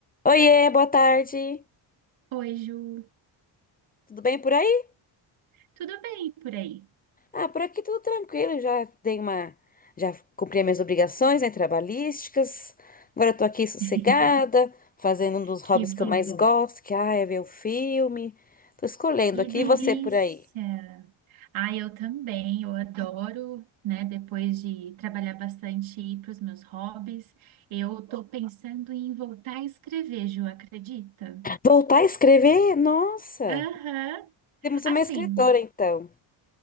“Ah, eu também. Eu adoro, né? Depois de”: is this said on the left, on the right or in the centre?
Right